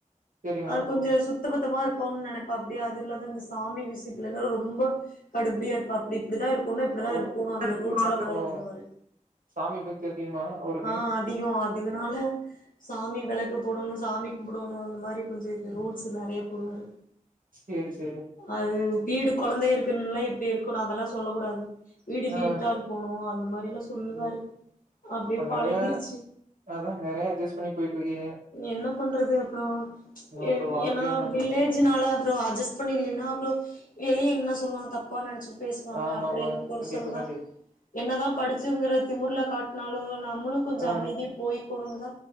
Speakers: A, on the right; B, on the left.
A: சேரிங்க
B: அது கொஞ்சே சு த்த பத்தமா இருப்பம்ன்னு நெனப்பாபடி அது இல்லாத இந்த சாமி விசியத்துல எல்லா ரொம்ப கடுபுடியா இரு ப்பாபடி இப்டித்தா இருக்கணு நா இப்டிதா
A: ஓ
B: இருக்குணு அந்த
A: அதுக்கு
B: ரூல்ஸ் எல்லா ஃபாலோ
A: ஓ
B: பண்ணுவாரு
A: சாமி பத்தி அதிகமா அவருக்கு
B: ஆஹ் அதிகொ அதுனால சாமி வெளக் க்கு போடணு சாமிக்கு போடணு அந்த மாரி கொஞ்சொ இது ரூல்ஸ் நெறைய போடுவாரு
A: சேரி சேரி
B: அது வீடு கொழந்த இருக்கிறனால இப்டி இரு க்கணு அதெல்லா சொல்லக் கூடாது வீடு நீட்டா
A: ஆ
B: இருக்கணு அ ந்த மாரி லா சொல்லுவாரு
A: ம்
B: அப்டியே
A: இப்ப
B: பழகிறிச்சி
A: நெறையா அதா நெறையா அட்ஜஸ்ட் பண்ணி போயிட்ருக்கீங்க
B: என்ன பண்றது அப்புறோ ஏ
A: இப்ப வாழ்க்கைன்னு
B: ஏன்னா
A: வந்துருச்சு
B: வில்லேஜ்னாலே அப்புறோ அஜஸ் பண்ணிலின்னா அப்புறொ எளிய என்ன சொல்லுவாங்க தப்பா நெனச்சு பேசுவாங்க
A: ஆமா
B: அப்டின்னு
A: ஆமாங்க
B: கொசர
A: கண்டிப்பா
B: தா
A: கண்டிப்பா
B: என்னதா படிச்சுங்கிற திமுர்ல காட் நானு நம்மளு கொஞ்சொ
A: ஆ
B: அமைதியா போய் போனுனுதா